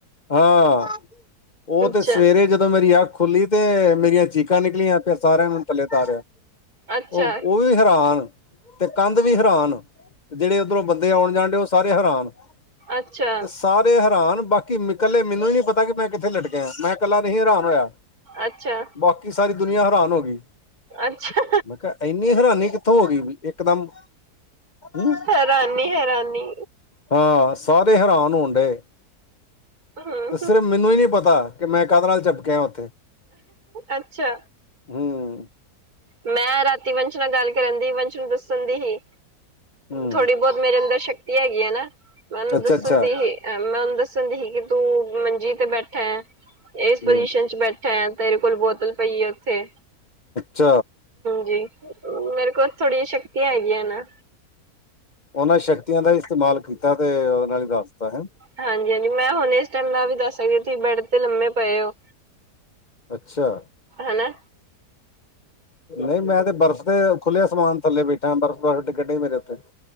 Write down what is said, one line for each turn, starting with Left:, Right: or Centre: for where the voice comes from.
Left: ਹਾਂ ਉਹ ਤੇ
Right: ਅੱਛਾ,
Left: ਸਵੇਰੇ ਜਦੋਂ ਮੇਰੀ ਅਖ ਖੁੱਲੀ ਤੇ ਮੇਰੀਆਂ ਾਂ ਨਿਕਲੀਆਂ ਫਿਰ ਸਾਰਿਆਂ ਨੂੰ ਥੱਲੇ ਤਾਰਿਆ
Right: ਅੱਛਾ,
Left: ਉਹ ਉਹ ਵੀ ਹੈਰਾਨ ਤੇ ਕੰਧ ਵੀ ਹੈਰਾਨ ਜਿਹੜੇ ਉੱਧਰੋਂ ਬੰਦੇ ਆਉਣ ਜਾਣ ਡ ਉਹ ਸਾਰੇ ਹੈਰਾਨ ਤੇ
Right: ਅੱਛਾ,
Left: ਸਾਰੇ ਹੈਰਾਨ ਬਾਕੀ ਬਾ ਇਕੱਲੇ ਮੈਨੂੰ ਹੀ ਨੀ ਪਤਾ ਕਿ ਮੈਂ ਕਿੱਥੇ ਲਟਕੇ ਮੈਂ ਇਕੱਲਾ ਨਹੀਂ ਹੈਰਾਨ ਹੋਇਆ
Right: ਅੱਛਾ
Left: ਬਾਕੀ ਸਾਰੀ ਦੁਨੀਆਂ ਹੈਰਾਨ ਹੋ ਗਈ
Right: ਅੱਛਾ
Left: ਮੈਂ ਕਿਹਾ ਇੰਨੀ ਹੈਰਾਨੀ ਕਿੱਥੋਂ ਹੋ ਗਈ। ਇੱਕਦਮ ਹ।
Right: ਹੈਰਾਨੀ-ਹੈਰਾਨੀ
Left: ਹਾਂ ਸਾਰੇ ਹੈਰਾਨ ਹੋਣ ਡਏ।
Right: ਹੂੰ
Left: ਤੇ ਸਿਰਫ ਮੈਨੂੰ ਹੀ ਨਹੀਂ ਪਤਾ ਕਿ ਮੈਂ ਕਧਾਲ ਚਪ ਕੇ ਆ ਉੱਥੇ।
Right: ਅੱਛਾ।
Left: ਹਮ।
Right: ਮੈਂ ਰਾਤੀ ਵੰਸ਼ ਨਾਲ ਗੱਲ ਕਰਨ ਦੀ ਵੰਸ਼ ਨੂੰ ਦੱਸਣ ਦੀ ਹੀ।
Left: ਹੂੰ
Right: ਥੋੜ੍ਹੀ ਬਹੁਤ ਮੇਰੇ ਅੰਦਰ ਸ਼ਕਤੀ ਹੈਗੀ ਆ ਨਾ ਮੈਂ ਉਹਨੂੰ
Left: ਅੱਛਾ
Right: ਦੱਸਣ
Left: ਅੱਛਾ
Right: ਦੀ ਹੀ ਮੈਂ ਉਹਨੂੰ ਦ ਦ ਹੁੰਦੀ ਸੀ ਕਿ ਤੂੰ ਮੰਜੀ ਤੇ ਬੈਠਾ ਇਸ ਪੁਜੀਸ਼ਨ
Left: ਹੂੰ
Right: ਚ ਬੈਠਾ ਹੈ ਤੇਰੇ ਕੋਲ ਬੋਤਲ ਪਈ ਹੈ ਉੱਥੇ
Left: ਚ
Right: ਜੀ ਮੇਰੇ ਕੋਲ ਥੋੜੀਆਂ ਸ਼ਕਤੀਆਂ ਹੈਗੀਆਂ ਨਾ।
Left: ਉਹਨਾਂ ਸ਼ਕਤੀਆਂ ਦਾ ਇਸਤੇਮਾਲ ਕੀਤਾ ਤੇ ਉਹਦੇ ਨਾਲ ਹੀ ਦੱਸਤਾ ਹੈ।
Right: ਹਾਂਜੀ ਹਾਂਜੀ ਮੈਂ ਹੁਣ ਇਸ ਟਾਈਮ ਨਾਲ ਵੀ ਦੱਸ ਸਕਦੇ ਤੁਸੀਂ ਬੈਡ ਤੇ ਲੰਮੇ ਪਏ ਹੋ।
Left: ਅੱਛਾ।
Right: ਹੈਨਾ
Left: ਨਹੀਂ ਮੈਂ ਤੇ ਬਰਫ਼ ਦੇ ਖੂਲੇ ਅਸਮਾਨ ਥੱਲੇ ਬੈਠਾ ਆਂ, ਬਰਫ਼ ਦੇ ਗੱਡੇ ਗਿਰੇ ਮੇਰੇ ਉੱਤੇ